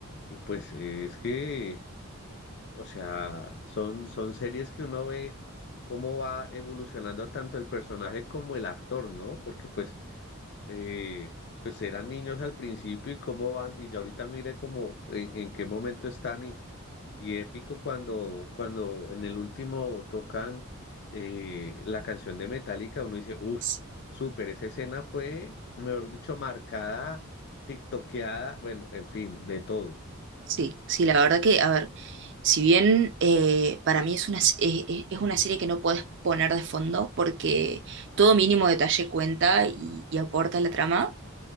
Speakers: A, on the left (about 50°); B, on the right (about 55°).
A: Y pues eh, es que, o sea, son, son series que uno ve cómo va evolucionando tanto el personaje como el actor, ¿no? Porque pues, eh, pues eran niños al principio y cómo van, y ya ahorita mire cómo, en, en qué momento están y... Y épico cuando, cuando en el último tocan eh, la canción de Metallica, uno dice, uff,
B: <laughs>
A: súper, esa escena fue, mejor dicho, marcada, tiktokeada, bueno, en fin, de todo.
B: Sí, sí, la verdad que, a ver, si bien eh, para mí es una, s- eh, eh, es una serie que no puedes poner de fondo porque todo mínimo detalle cuenta y, y aporta a la trama,